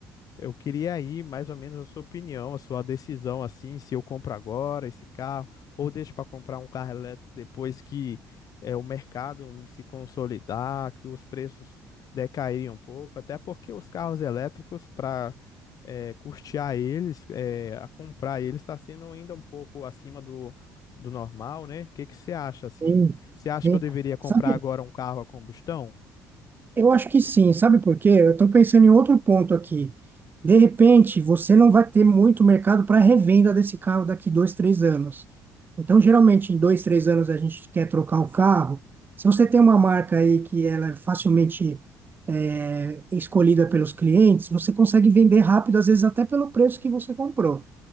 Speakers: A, on the left; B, on the right.
A: eu queria aí mais ou menos a sua opinião, a sua decisão assim, se eu compro agora esse carro ou deixo para comprar um carro elétrico depois que é, o mercado se consolidar, que os preços decaírem um pouco, até porque os carros elétricos para custear eles, é, a comprar eles está sendo ainda um pouco acima do, do normal, né? O que que você acha assim?
B: Sim,
A: Você acha
B: sim.
A: que eu deveria comprar
B: Sabe,
A: agora um carro a combustão?
B: eu acho que sim, sabe por quê? Eu estou pensando em outro ponto aqui. De repente, você não vai ter muito mercado para revenda desse carro daqui dois, três anos. Então, geralmente, em dois, três anos, a gente quer trocar o carro. Se você tem uma marca aí que ela é facilmente é, escolhida pelos clientes, você consegue vender rápido, às vezes até pelo preço que você comprou.